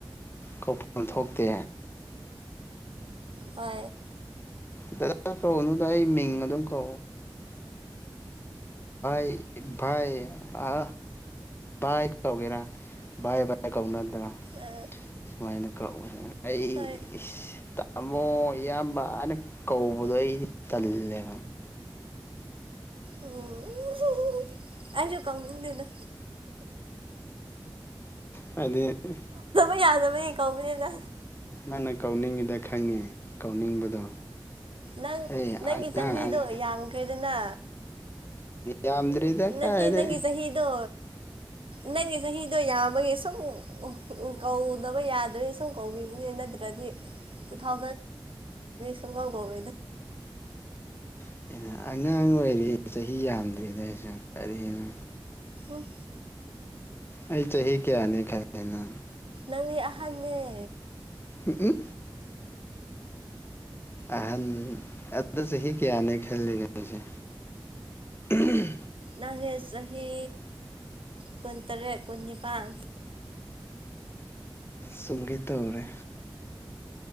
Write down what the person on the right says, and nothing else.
ꯍ
ꯑ
ꯍꯣꯏ
ꯑꯣ ꯑꯁꯨ ꯀꯥꯎꯅꯗꯅ
ꯌꯥꯗꯕꯩ ꯀꯧꯕꯅꯤꯗ
ꯅꯪ
ꯅꯪꯒꯤ ꯆꯍꯤꯗꯣ
ꯌꯥꯝꯈ꯭ꯔꯦꯗꯅ
ꯅꯠꯇꯦ
ꯅꯪꯒꯤ ꯆꯍꯤꯗꯣ ꯅꯪꯒꯤ ꯆꯍꯤꯗꯣ ꯌꯥꯝꯕꯒꯤ ꯁꯨꯝ ꯀꯧꯗꯕ ꯌꯥꯗ꯭ꯔꯦ ꯁꯨꯝ ꯀꯧ ꯑꯝ ꯁꯒꯣꯝ
ꯎ ꯎ
ꯅꯪꯒꯤ ꯑꯍꯥꯟꯕꯅꯦ
ꯅꯪꯒꯤ ꯆꯍꯤ ꯀꯨꯟꯇꯔꯦꯠ ꯀꯨꯟꯅꯤꯄꯥꯜ